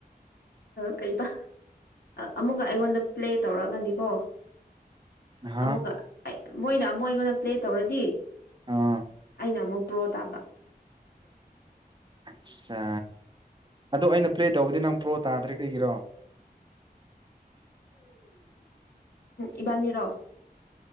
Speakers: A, on the left; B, on the right.
A: ꯀꯔꯤꯕ ꯑꯃꯨꯛꯒ ꯑꯩꯉꯣꯟꯗ ꯄ꯭ꯂꯦ ꯇꯧꯔꯛꯑꯀꯗꯤꯒꯣ
B: ꯍꯥ
A: ꯑꯃꯨꯛꯀ ꯃꯣꯏꯅ ꯑꯃꯨꯛ ꯑꯩꯉꯣꯟꯗ ꯄ꯭ꯂꯦ ꯇꯧꯔꯗꯤ
B: ꯑꯥ
A: ꯑꯩꯅ ꯑꯃꯨꯛ ꯄ꯭ꯔꯣ ꯇꯥꯕ
B: ꯑꯠꯆꯥ ꯑꯗꯣ ꯑꯩꯅ ꯄ꯭ꯂꯦ ꯇꯧꯕꯗꯤ ꯅꯪ ꯄ꯭ꯔꯣ ꯇꯥꯗ꯭ꯔꯤ ꯀꯔꯤꯒꯤꯔꯣ
A: ꯏꯕꯥꯅꯤ ꯔꯣ